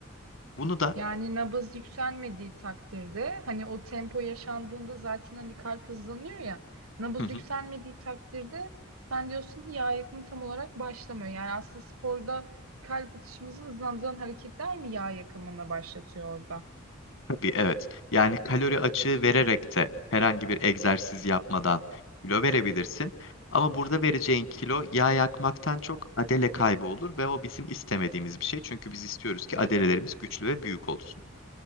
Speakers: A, on the left (about 65°); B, on the right (about 85°).
A: Bunu da
B: Yani nabız yükselmediği takdirde hani o tempo yaşandığında zaten hani kalp hızlanıyor ya nabız
A: Hı hı.
B: yükselmediği takdirde sen diyorsun ki yağ yakımı tam olarak başlamıyor. Yani aslında sporda kalp atışımızı hızlandıran hareketler mi yağ yakımını başlatıyor orada?
A: Tabii evet. Yani kalori açığı vererek de herhangi bir egzersiz yapmadan kilo verebilirsin. Ama burada vereceğin kilo yağ yakmaktan çok adele kaybı olur ve o bizim istemediğimiz bir şey. Çünkü biz istiyoruz ki adelelerimiz güçlü ve büyük olsun.